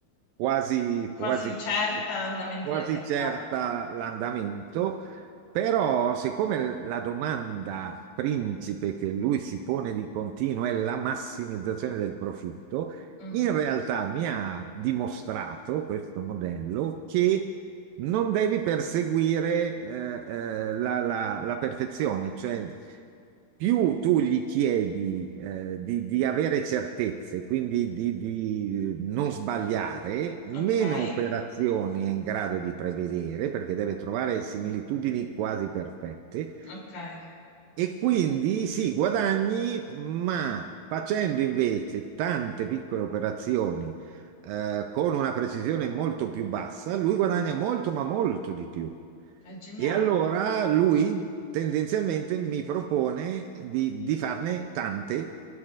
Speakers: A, on the right; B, on the left.
A: quasi,
B: Quasi
A: quasi,
B: certa l'andamento
A: quasi
B: del mercato.
A: certa l'andamento, però siccome la domanda principe che lui si pone di continuo è la massimizzazione del profitto,
B: Mh,
A: in realtà mi ha dimostrato questo modello che non devi perseguire eh, eh, la, la- la perfezione, cioè più tu gli chiedi eh, di, di avere certezze, quindi di, di non sbagliare, meno
B: okay,
A: operazioni è in grado di prevedere perché deve trovare similitudini quasi perfette
B: okay.
A: e quindi sì, guadagni, ma facendo invece tante piccole operazioni eh, con una precisione molto più bassa, lui guadagna molto, ma molto di più.
B: È geniale
A: E allora
B: comunque.
A: lui tendenzialmente mi propone di, di farne tante,